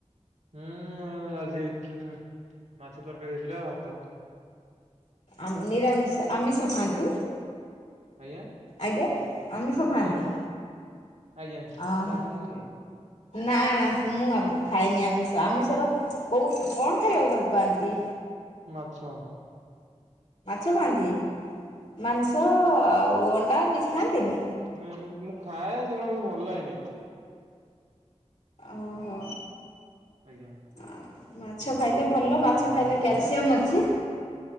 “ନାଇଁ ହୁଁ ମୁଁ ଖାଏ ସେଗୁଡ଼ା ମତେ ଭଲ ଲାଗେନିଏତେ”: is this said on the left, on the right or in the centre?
Right